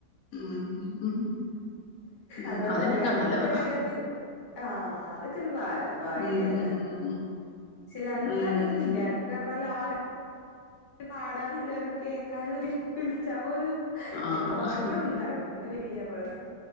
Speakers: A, on the left (about 70°); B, on the left (about 40°).
A: ഉം ഉം ഉം
B: അതാ
A: അതിനൊക്കെ
B: പർഞ്ഞെ അങ്ങൻത്തെ
A: നല്ലതാ
B: ഒര് ആഹ് അതൊക്കെരു ഭ ഭാഗ്യാണ്.
A: ഉം ഉം ഉം
B: ശെര്യാ ഞങ്ങൾക്ക്
A: ഉം
B: അങ്ങനൊന്നുല്ല
A: ഉം
B: അങ്ങക്കർഞ്ഞാല് ആരു കാണാനുല്ലരും ആരും കേക്കാനുല്ല വിൾച്ചാ പോലും
A: ആഹ്
B: ഞമ്മള്ഫോണ്കൂടെ വിൾച്ച്പാറ്യണം ങ്ങട്ട് വെരിയർഞ്ഞാണ്ട്